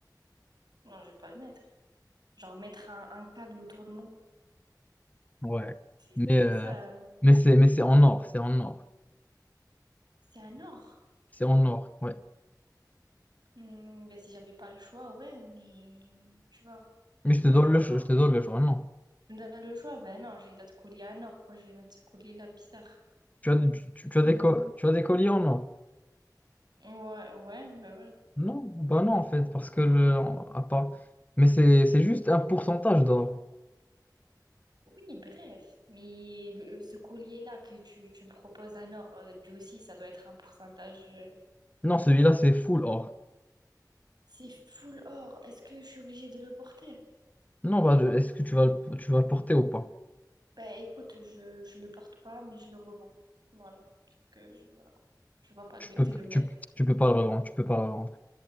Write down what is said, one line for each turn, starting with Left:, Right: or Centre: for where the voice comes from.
Right: Non, je vais pas le mettre. Genre mettre un, un câble autour de mon cou.
Left: Ouais.
Right: C'est
Left: Mais,
Right: c'est
Left: euh,
Right: ça. euh,
Left: mais c'est mais c'est en or. C'est en or.
Right: C'est un or.
Left: C'est en or. Ouais.
Right: Hmm, ben si j'avais pas le choix, ouais, mais... Tu vois.
Left: Mais je
Right: Non,
Left: te donne le, cho- je te donne le choix. Non.
Right: Dans le choix, ben non, j'ai d'autres colliers à nord. Pourquoi je vais mettre ce collier-là bizarre? <laughs>
Left: Tu as, tu, tu as
Right: Non.
Left: des, co- tu as des colliers en or.
Right: Ouais, ouais, ben ouais.
Left: Non, bah non en fait, parce que le... à part... Mais c'est c'est juste un pourcentage d'or.
Right: Oui, bref. Mais le- ce collier-là que tu, tu me proposes à nord, euh, lui aussi, ça doit être un pourcentage. euh,
Left: Non, celui-là c'est full or.
Right: C'est full or. Est-ce que je suis obligée de le porter?
Left: Non, bah je- est-ce que tu vas le... tu vas le porter ou pas?
Right: Ben écoute, je, je le porte pas, mais je le revends. Voilà. Parce que je, voilà. Je vois pas
Left: Tu
Right: le but
Left: peux
Right: de le mettre.
Left: tu,
Right: <laughs> Comment
Left: tu peux pas le revendre, tu peux pas le revendre.